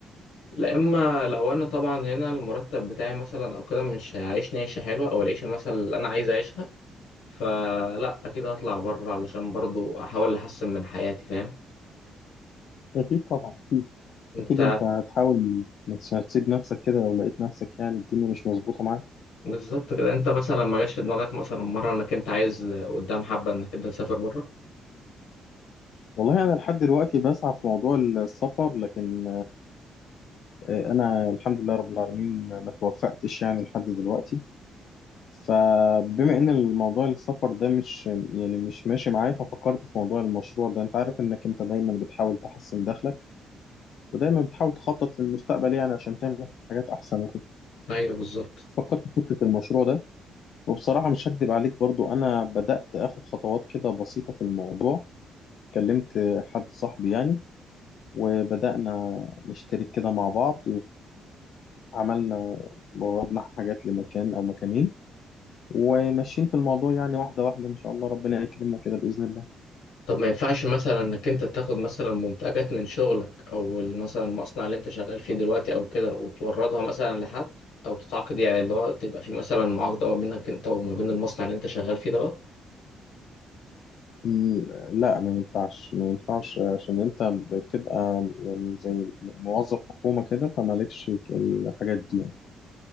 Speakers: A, on the left; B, on the left.
A: لا إما لو أنا طبعا هنا المرتب بتاعي مثلا أو كده مش هيعيشني عيشة حلوة أو العيشة مثلا اللي أنا عايز أعيشها فلا أكيد هطلع بره علشان برضو أحاول أحسن من حياتي فاهم
B: اكيد طبعا اكيد
A: انت
B: اكيد انت هتحاول ما تس- تسيب نفسك كده لو لقيت نفسك يعني الدنيا مش مظبوطه معاك
A: بالظبط كده انت مثلا ما جاش في دماغك مثلا مره انك انت عايز قدام حبه انك انت تسافر بره
B: والله انا لحد دلوقتي بسعى في موضوع السفر لكن آه، انا الحمد لله رب العالمين ما توفقتش يعني لحد دلوقتي فبما ان الموضوع السفر ده مش يعني مش ماشي معايا ففكرت في موضوع المشروع ده انت عارف انك انت دايما بتحاول تحسن دخلك ودايما بتحاول تخطط للمستقبل يعني عشان تعمل حاجات احسن وكده
A: ايوه بالظبط
B: فكرت في فكرة المشروع ده وبصراحة مش هكدب عليك برضو انا بدأت اخد خطوات كده بسيطة في الموضوع كلمت حد صاحبي يعني وبدأنا نشترك كده مع بعض عملنا وردنا حاجات لمكان أو مكانين وماشيين في الموضوع يعني واحدة واحدة إن شاء الله ربنا يكرمنا كده بإذن الله
A: طب ما ينفعش مثلا انك انت تاخد مثلا منتجات من شغلك او ال- مثلا المصنع اللي انت شغال فيه دلوقتي او كده وتوردها مثلا لحد او تتعاقد يعني اللي هو تبقى في مثلا معاقده ما بينك انت وما بين المصنع اللي انت شغال فيه دوت
B: م- لا ما ينفعش ما ينفعش عشان أنت بتبقى يعني زي موظف حكومة كده فمالكش الحاجات دي يعني.